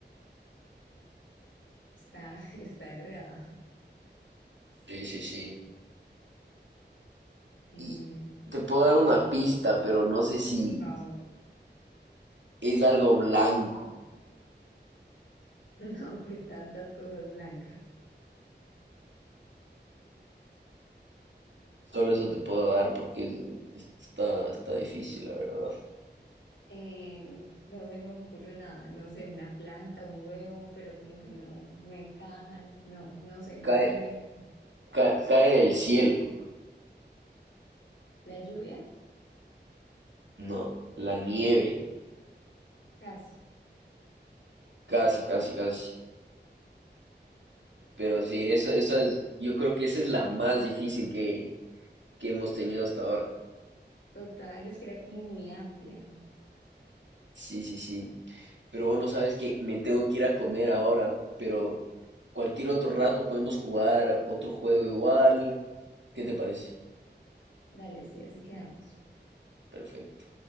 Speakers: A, on the left (about 85°); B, on the right (about 80°).
A: está, <laughs> está enredada.
B: Sí, sí, sí.
A: Em,
B: Y te puedo dar una pista, pero no sé si
A: por favor. <laughs>
B: es algo blanco.
A: No, pues tantas cosas blancas.
B: Solo eso te puedo dar porque es- está, está difícil, la verdad.
A: Em, no se me ocurre nada, no sé, una planta, un huevo, pero como que no, no encajan, no, no sé.
B: Cae,
A: Dime,
B: ca- cae del cielo.
A: ¿la lluvia?
B: No, la nieve.
A: Casi.
B: Casi, casi, casi. Pero sí, esa, esa es, yo creo que esa es la más difícil que, que hemos tenido hasta ahora.
A: Total, es que era como muy amplia.
B: Sí, sí, sí. Pero bueno, sabes que me tengo que ir a comer ahora, pero cualquier otro rato podemos jugar otro juego igual. ¿Qué te parece?
A: Dale, sí, así quedamos.
B: Perfecto.